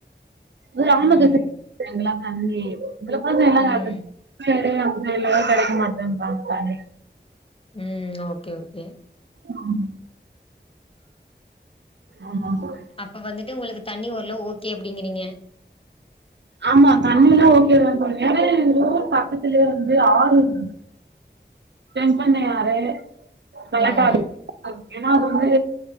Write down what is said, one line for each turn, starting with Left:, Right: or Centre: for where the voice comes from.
Right: கிராமத்து
Left: ம் ம்
Right: <unintelligible> தண்ணி இதுல <unintelligible> நல்லது
Left: ம்
Right: <unintelligible> மு எல்லே கெடைக்க மாட்டேனுறாங்க தானே
Left: உம் ஓகே ஓகே
Right: உம் ஆமா தோழி
Left: அப்ப வந்துட்டு உங்களுக்கு தண்ணி ஓகே அப்படிங்கிறீங்க
Right: ஆமா தண்ணில ஓகே வேற ரரு பக்கத்துலயே வந்து ஆறு இருக்கு தென்பண்ணையாறு மெளகாறு
Left: ம்
Right: ஏன்னா அது வந்து